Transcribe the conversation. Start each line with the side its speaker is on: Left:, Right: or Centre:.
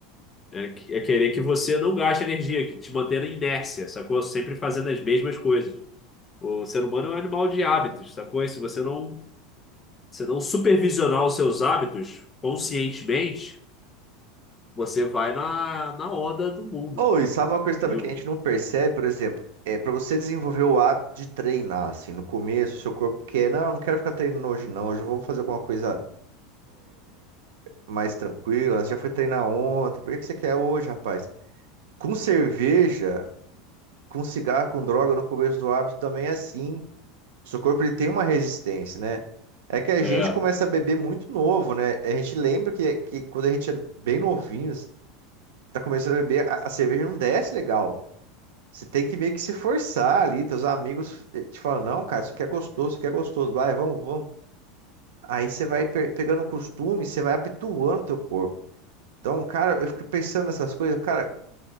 Left: É, que- é querer que você não gaste energia, que te mantenha na inércia, sacou? Sempre fazendo as mesmas coisas. O ser humano é um animal de hábitos, sacou? E se você não, se não supervisionar os seus hábitos conscientemente, você vai na, na onda do mundo.
Right: Ou, e sabe uma coisa também
Left: viu?
Right: que a gente não percebe, por exemplo, é para você desenvolver o hábito de treinar, assim, no começo, seu corpo quer, não, não quero ficar treinando hoje não, hoje eu vou fazer alguma coisa mais tranquila, você já foi treinar ontem, por que que você quer hoje, rapaz? Com cerveja, com cigarro, com droga, no começo do hábito também é assim, seu corpo ele tem uma resistência, né? É que a
Left: É,
Right: gente começa a beber muito novo, né? A gente lembra que, que quando a gente é bem novinho, tá começando a beber, a, a cerveja não desce legal. Você tem que meio que se forçar ali. Teus amigos eh, te falam, não, cara, isso aqui é gostoso, isso aqui é gostoso. Vai, vamos, vamos. Aí você vai pe- pegando costume, você vai habituando teu corpo. Então, cara, eu fico pensando nessas coisas, cara,